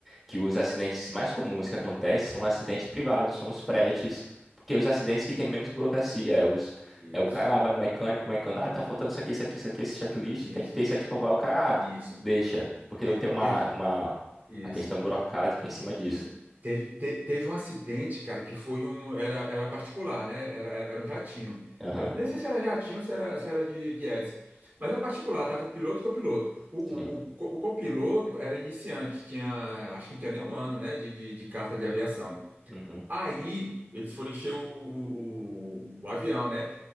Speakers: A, in the centre; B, on the right (about 45°).
A: que os acidentes mais comuns que acontecem são acidentes privados, são os fretes, porque os acidentes que tem menos burocracia, é, os,
B: Isso,
A: é o cara ah, vai no mecânico, o mecânico, ah, tá faltando isso aqui, isso aqui, isso aqui, esse checklist,
B: isso,
A: tem que ter isso aqui para voar, o cara, ah,
B: isso.
A: deixa, porque
B: Teve,
A: não tem uma,
B: teve.
A: uma
B: Isso.
A: a questão burocrática em cima disso.
B: Isso. Teve, te- teve um acidente, cara, que foi um. Era, era particular, né? Era, era, era um jatinho.
A: Aham,
B: Era, nem sei se era jatinho ou se era, se era de, de hélice. Mas era particular, tava o piloto e o copiloto. O, o,
A: sim.
B: o, co- o copiloto era iniciante, tinha, acho que não tinha nem um ano, né, de, de, de carta de aviação.
A: Uhum.
B: Aí eles foram encher o, o- o- o avião, né?